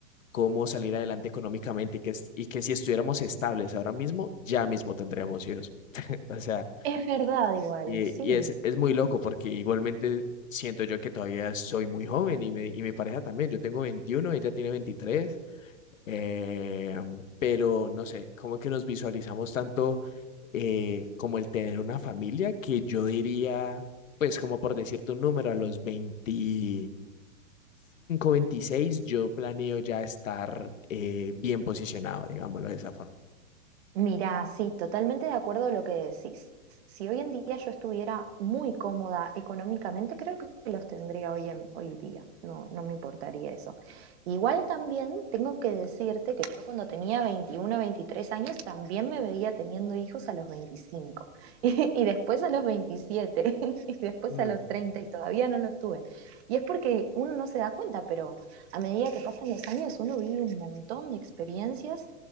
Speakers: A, on the left (about 80°); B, on the right (about 55°).
A: cómo salir adelante económicamente y que, es- y que si estuviéramos estables ahora mismo, ya mismo tendríamos hijos. O sea,
B: es verdad igual,
A: y,
B: sí.
A: y es, es muy loco porque igualmente siento yo que todavía soy muy joven y, me, y mi pareja también. Yo tengo veintiuno ella tiene veintitrés eh, pero no sé, como que nos visualizamos tanto eh, como el tener una familia que yo diría, pues como por decirte un número, a los veinticinco veintiséis yo planeo ya estar eh, bien posicionado, digámoslo de esa forma.
B: Mirá, sí, totalmente de acuerdo a lo que decís. Si hoy en día yo estuviera muy cómoda económicamente, creo que los tendría hoy en hoy día. No, no me importaría eso. Igual también tengo que decirte que yo cuando tenía 21, 23 años también me veía teniendo hijos a los 25 <laughs> y, y después a los 27 <laughs> y después
A: Mm.
B: a los 30 y todavía no los tuve. Y es porque uno no se da cuenta, pero a medida que pasan los años uno vive un montón de experiencias